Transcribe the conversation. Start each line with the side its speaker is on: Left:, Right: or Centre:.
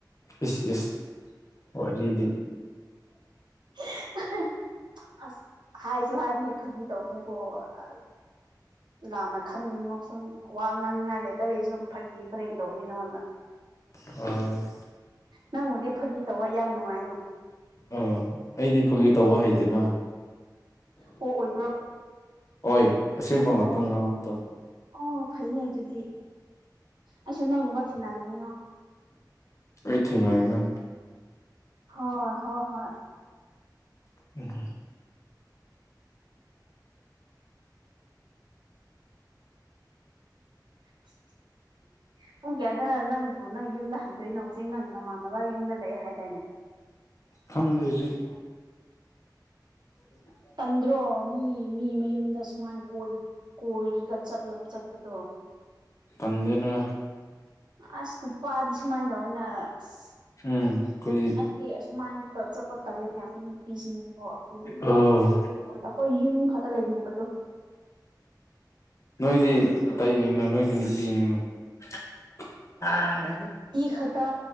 Left: ꯏꯁ ꯏꯁ ꯋꯥꯔꯤꯗꯤ
Right: <unintelligible> ꯑꯁ ꯍꯥꯏꯖꯨ ꯍꯥꯏꯕꯅꯤ ꯐꯥꯒꯤ ꯇꯧꯕꯅꯤꯀꯣ ꯑ ꯂꯥꯟꯅ ꯈꯟꯉꯣ ꯁꯨꯝ ꯋꯥ ꯉꯥꯡꯅꯤꯉꯥꯏ ꯂꯩꯇꯕꯒꯤ ꯁꯨꯝ ꯐꯥꯒꯤ ꯐꯔꯦꯡ ꯇꯧꯕꯅꯤ ꯅꯉꯣꯟꯗ
Left: ꯎꯝ
Right: ꯅꯪꯕꯨꯗꯤ ꯐꯥꯒꯤ ꯇꯧꯕ ꯌꯥꯝ ꯅꯨꯡꯉꯥꯏꯅ
Left: ꯑ ꯑꯩꯗꯤ ꯐꯒꯤ ꯇꯧꯕ ꯍꯩꯗꯅ
Right: ꯑꯣ ꯑꯣꯏꯕ꯭ꯔꯣ
Left: ꯑꫭꯏ ꯑꯁꯦꯡꯕꯉꯥꯛꯇ
Right: ꯑꯣ
Left: ꯉꯥꯡꯕꯗꯣ
Right: ꯑꯣ ꯐꯩꯅꯦ ꯑꯗꯨꯗꯤ ꯑꯩꯁꯨ ꯅꯪꯒꯨꯝꯕ ꯊꯦꯡꯅꯅꯤꯡꯉꯤꯉꯣ
Left: ꯑꯩ ꯊꯦꯡꯅꯔꯦꯅ
Right: ꯍꯣ ꯍꯣ ꯍꯣꯏ
Left: <unintelligible>
Right: <unintelligible> ꯄꯨꯡ ꯀꯌꯥꯗ ꯅꯪꯕꯨ ꯅꯪ ꯌꯨꯝꯗ ꯍꯟꯗꯣꯏꯅꯣ ꯍꯨꯖꯤꯛ ꯅꯪ ꯅꯃꯥꯟꯅꯕ ꯌꯨꯝꯗ ꯂꯩꯌꯦ ꯍꯥꯏꯗꯥꯏꯅꯦ
Left: ꯈꯪꯗꯦꯖꯤꯛ <unintelligible>
Right: ꯇꯟꯗ꯭ꯔꯣ ꯃꯤ ꯃꯤ ꯃꯌꯨꯝꯗ ꯁꯨꯃꯥꯏꯅ ꯀꯣꯏꯕ ꯀꯣꯏꯔꯒ ꯆꯠꯂ ꯆꯠꯄꯗꯣ
Left: ꯇꯟꯗꯦꯅꫭꯏ
Right: ꯑꯁ ꯅꯨꯄꯥꯗꯤ ꯁꯨꯃꯥꯏꯟ ꯇꯧꯏꯅ ꯑꯁ
Left: ꯍꯨꯝ ꯈꯣꯢꯗꯤ
Right: ꯑꯦ ꯑꯁꯨꯃꯥꯏꯅ ꯇ ꯆꯠꯄ ꯇꯜꯂꯦꯅꯦ ꯑꯩꯈꯣꯏ ꯅꯨꯄꯤꯁꯤꯡꯗꯣ ꯑꯩꯈꯣꯏꯗꯤ
Left: ꯑꯥ
Right: <unintelligible> ꯍꯣꯏ ꯌꯨꯝ ꯈꯛꯇ ꯂꯩꯅꯤꯡꯕꯗꯣ
Left: ꯅꯣꯏꯗꯤ ꯑꯇꯩꯅꯤꯅ ꯅꯣꯏꯗꯤ ꯅꯨꯄꯤꯅꯤꯅ <unintelligible>
Right: ꯏ ꯈꯇ